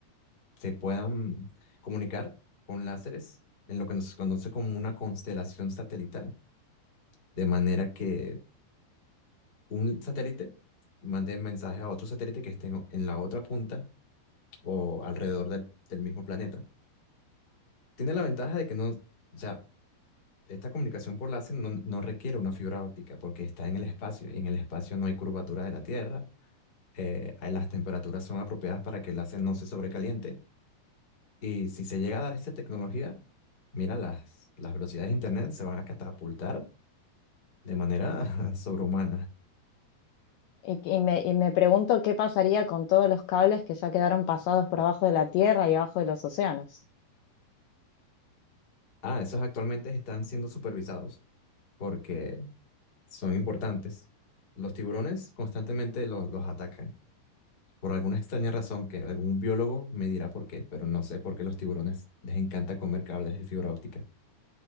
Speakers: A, on the left (about 35°); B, on the left (about 80°).
A: se puedan comunicar con láseres en lo que nos conoce como una constelación satelital, de manera que un satélite mande mensajes a otro satélite que esté en en la otra punta o alrededor del, del mismo planeta. Tiene la ventaja de que no, o sea, esta comunicación por láser no, no requiere una fibra óptica porque está en el espacio y en el espacio no hay curvatura de la Tierra. eh, ahí las temperaturas son apropiadas para que el láser no se sobrecaliente. Y si se llega a dar esta tecnología, mira, las, las velocidades de Internet se van a catapultar de manera <laughs> sobrehumana.
B: Y, y me, y me pregunto qué pasaría con todos los cables que ya quedaron pasados por abajo de la tierra y abajo de los océanos.
A: Ah, esos actualmente están siendo supervisados porque son importantes. Los tiburones constantemente los, los atacan Por alguna extraña razón que algún biólogo me dirá por qué, pero no sé por qué los tiburones les encanta comer cables de fibra óptica.